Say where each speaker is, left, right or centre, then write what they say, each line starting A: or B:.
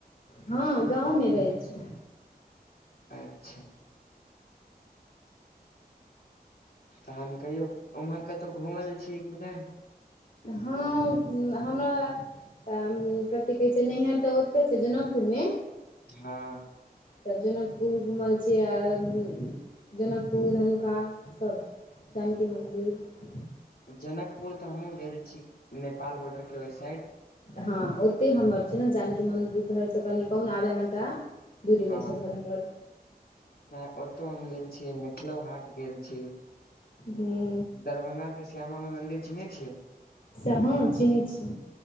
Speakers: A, on the left; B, on the left.
A: हँ गाँवमे रहै छी
B: अच्छा तहन कहियो ओम्हर कतहु घुमल छियै कि नहि
A: हँ हमरा तऽ कथि कहै छै, नैहर तऽ ओते छै, जनकपुरमे
B: हँ।
A: तऽ जनकपुर घुमल छियै आ जनकपुर धनुखा सभ जानकि मन्दिर
B: जनकपुर तऽ हमहुँ गेल छी नेपाल बॉर्डरके ओहि साइ।
A: हँ, ओतहि हमर छै, ने जानकी मन्दिर घर सँ कनि कहू ने आधा घण्टा। दूरी
B: हँ
A: मे छै घर
B: नहि ओतौ हम गेल छियै मिथिलो हाट गेल छी।
A: हूँ
B: दरभंगा श्यामा माइ मन्दिर चिन्है छियै।
A: से हँ चिन्है छी